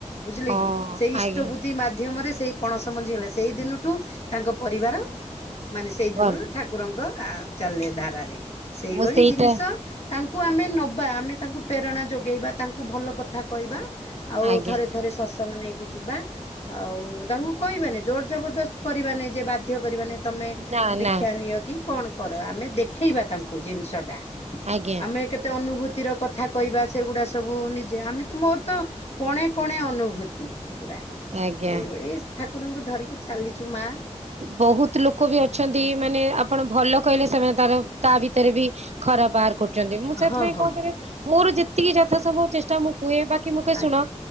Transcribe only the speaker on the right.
ହଁ
ଆଜ୍ଞା
ଭଲ
ମୁଁ ସେଇଟା
ଆଜ୍ଞା
ନା
ନା
ଆଜ୍ଞା
ଆଜ୍ଞା
ବହୁତ୍ ଲୋକ ବି ଅଛନ୍ତି ମାନେ ଆପଣ ଭଲ କହିଲେ ସେମାନେ ତାର ତା ଭିତରେ ବି ଖରାପ୍ ବାହାର କରୁଚନ୍ତି ମୁଁ ସେଥିପାଇଁ
କହୁଥିଲି ମୋର ଯେତିକି ଯଥା ସମ୍ଭବ ଚେ ଷ୍ଟା ମୁଁ କୁହେ ବାକି ମୁଁ କହେ
ଶୁଣ